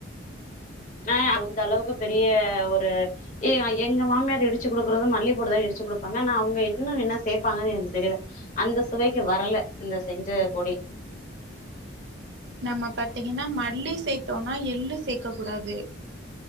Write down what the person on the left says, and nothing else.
ஆ அந்தளவுக்கு பெரிய ஒரு இ எங்க மாமியார் இடிச்சு குடுக்குறது மல்லி போட்டுதா இடிச்சு குடுப்பாங்க ஆனா அவுங்க இன்னூ என்ன சேப்பாங்கன்னு எனக்கு தெரில அந்த சுவைக்கு வரல இந்த செஞ்ச பொடி